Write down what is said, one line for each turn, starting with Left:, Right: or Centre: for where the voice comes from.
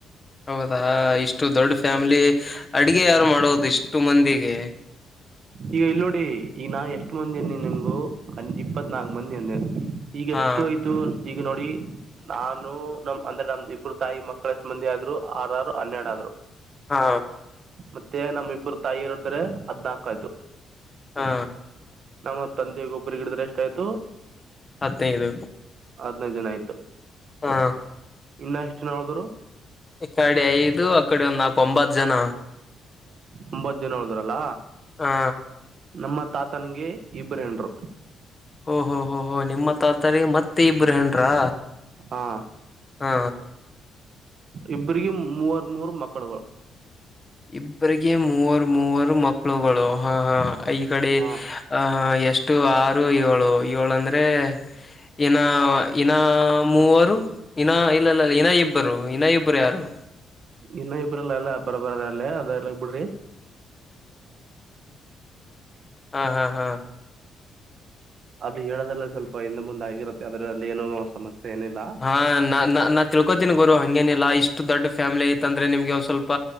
Left: ಹೌದಾ ಇಷ್ಟು ದೊಡ್ಡ ಫ್ಯಾಮಿಲಿ ಅಡಗೆ ಯಾರು ಮಾಡೋದು ಇಷ್ಟು ಮಂದಿಗೆ
Right: ಈಗ ಇಲ್ ನೋಡಿ ಈಗ ನಾ ಎಷ್ಟು ಮಂದಿ ಅಂದೇ ನಿಮ್ಗು ಇಪ್ಪತ್ ನಾಲ್ಕು ಮಂದಿ ಅಂದೆ ಈಗ
Left: ಹಾ
Right: ಎಷ್ಟು ಆಯ್ತು ಈಗ ನೋಡಿ ನಾನು ನಮ ಒಂದ್ರೆ ನಮ್ ಇಬ್ಬರು ತಾಯಿ ಮಕ್ಕಳ ಎಷ್ಟ್ ಮಂದಿ ಆದ್ರು ಆರರು ಹನ್ನೆರಡ್ ಆದ್ರು
Left: ಹಾ
Right: ಮತ್ತೆ ನಮ ಇಬ್ಬ್ರ ತಾಯಿ ಇರಿದ್ರೆ ಹದ್ನಾಕು ಆಯ್ತು
Left: ಹಾ
Right: ನಮ್ಮ ತಂದೆ ಒಬ್ರ ಗಿಡಿದ್ರೆ ಎಷ್ಟ ಆಯ್ತು
Left: ಹದಿನೈದು
Right: ಹದ್ನೈದು ಜನ ಆಯ್ತು
Left: ಹಾ
Right: ಇನ್ನ ಎಷ್ಟ ನಾಳಿದ್ರು
Left: ಇಕಡೆ ಐದು ಅಕಡೆ ಒಂದು ನಾಕ ಒಂಬತ್ತು ಜನ
Right: ಒಂಬತ್ ಜನ ಹಳಿದ್ರಲ್ಲ
Left: ಹಾ
Right: ನಮ್ಮತ್ ತಾತನಗೆ ಇಬ್ರೇನ್ರು
Left: ಓಹ ಹೋ ಹೋ ನಿಮ್ಮ ತಾತರಿ ಮತ್ತೆ ಇಬ್ಬರು ಹೆಏನ್ರಾ
Right: ಹಾ
Left: ಹಾ
Right: ಇಬ್ರಗ ಮೂವರ್ ಮೂರು ಮಕ್ಕಳುಗಳು
Left: ಇಬ್ರರಿಗೆ ಮೂವರು ಮೂವರು ಮಕ್ಕಳುಗಳು ಹಾ ಹಾ ಈ ಕಡೆ
Right: ಹಾಂ
Left: ಆಹ ಎಷ್ಟು ಆರು ಏಳು ಏಳು ಅಂದ್ರೆ ಇನ್ನ ಇನ್ನ ಮೂವರು ಇನ್ನ ಇಲ್ಲ ಇ ಇ ಇನ್ನ ಇಬ್ಬರು ಇನ್ನ ಇಬ್ಬರು ಯಾರು
Right: ಇನ್ನುೂ ಇಬ್ರಲ್ಲ ಎಲ್ಲ ಪರಬರದ ಅಲ್ಲ ಅದರಗ್ ಬಿಡ್ರಿ
Left: ಹಾ ಹಾ ಹಾ
Right: ಅದು ಹೇಳೋದ್ರಲ್ಲ ಸ್ವಲ್ಪ ಇಂದ ಮುಂದೆ ಆಗಿರುತ್ತೆ ಅದ್ರಲ್ಲಿ ಏನು ಸಮಸ್ಯೆ ಏನಿಲ್ಲ
Left: ಹಾ ನಾ ನಾನ್ ತಿಳ್ಕೋತೀನಿ ಗೋರು ಹಂಗೇನಿಲ್ಲ ಇ ದೊಡ್ ಫ್ಯಾಮಿಲಿ ಐತ ಅಂದ್ರೆಮಗೆ ಒಸ್ವಲ್ಪ